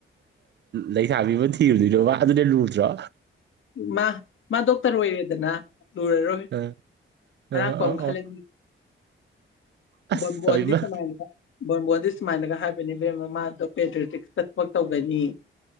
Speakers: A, on the right; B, on the left.
A: ꯂꯩꯁꯥꯕꯤꯕ ꯊꯤꯔꯨꯗꯣꯏꯅꯣꯕ ꯑꯗꯨꯗ ꯂꯨ ꯖꯥ
B: ꯃꯥ ꯃꯥ ꯗꯣꯛꯇꯔ ꯑꯣꯏꯔꯦꯗꯅ ꯂꯔꯔꯣꯏ
A: ꯑ
B: ꯑꯔꯥꯛꯄ
A: ꯑ
B: ꯑꯃ
A: ꯑ
B: ꯈꯜꯂ
A: ꯑꯣ ꯑꯁ
B: ꯟꯕꯋꯥ
A: ꯇꯧꯏꯃ
B: ꯆ ꯃꯥꯥꯏ ꯕ ꯁꯨꯃꯥꯏꯅꯒ ꯍꯥꯏꯕꯅꯦꯕꯦꯝ ꯃꯃꯗꯣ ꯄꯦꯇ꯭ꯔꯔꯤꯇꯤꯛꯁꯇ ꯊꯕꯛ ꯇꯧꯒꯅꯤ